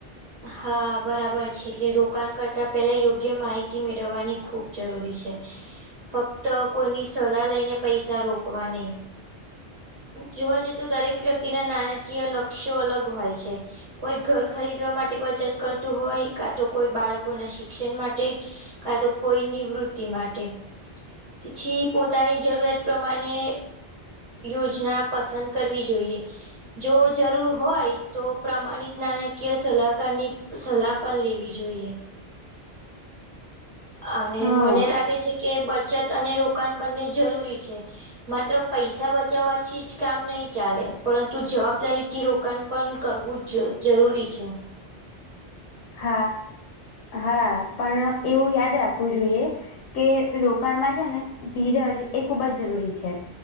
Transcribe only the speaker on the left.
હા
હા હા પણ એવું યાદ રાખવું જોઈએ. કે રોકાણમાં છે ને ધીરજ એ ખૂબ જ જરૂરી છે.